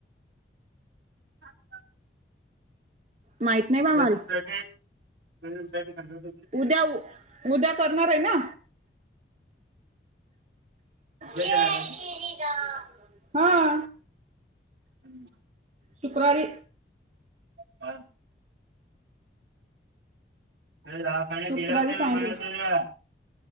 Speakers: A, on the right; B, on the right.
A: <unintelligible>
B: माहित नाही
A: ऑपेरेशनच
B: बा मला.
A: काय? ऑपेरेशन साठी सांगणार होते.
B: त्या उ उद्या करणार आहे ना?
A: उद्या
B: जय
A: येणार आहे ना
B: श्री राम, हा
A: हम्म
B: शुक्रवारी
A: <inaudible> अरे दवाखान्यात
B: शुक्रवारी
A: गेल्या होत्या
B: सांगितलं.
A: ना बाया सगळ्या.